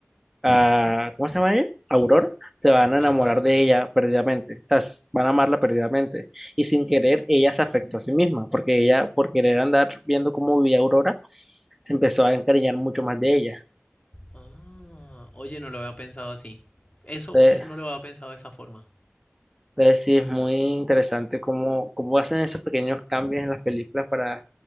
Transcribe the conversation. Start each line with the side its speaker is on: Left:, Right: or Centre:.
Centre: a, ¿cómo se llama ella? Aurora, se van a
Left: Ajá.
Centre: enamorar de ella perdidamente, o sea, s- van a amarla perdidamente. Y sin querer, ella se afectó a sí misma, porque ella, por querer andar viendo cómo vivía Aurora, se empezó a encariñar mucho más de ella.
Left: Ah, oye, no lo había pensado así. Eso,
Centre: Entonces,
Left: eso no lo había pensado de esa forma.
Centre: entonces sí, es muy interesante cómo, cómo hacen esos pequeños cambios en las películas para